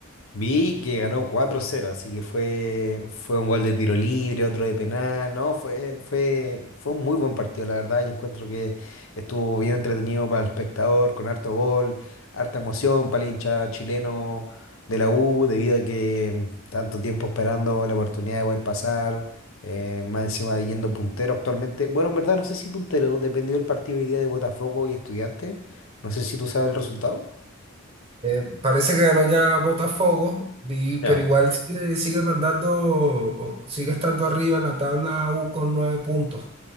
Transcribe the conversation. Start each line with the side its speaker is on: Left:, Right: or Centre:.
Left: Vi que ganó cuatro cero, así que fue, fue un gol de tiro libre, otro de penal, no, fue, fue, fue un muy buen partido, la verdad. Yo encuentro que estuvo bien entretenido para el espectador, con harto gol, harta emoción para el hincha chileno de la U, debido a que mm, tanto tiempo esperando la oportunidad de poder pasar, eh, más encima yendo puntero actualmente. Bueno, en verdad no sé si puntero, dependió del partido hoy día de Botafogo y Estudiantes. No sé si tú sabes el resultado.
Right: Eh, parece que ganó ya Botafogo, vi- pero
Left: Ya,
Right: igual sigue, sigue mandando, o- sigue estando arriba en la tabla U con nueve puntos.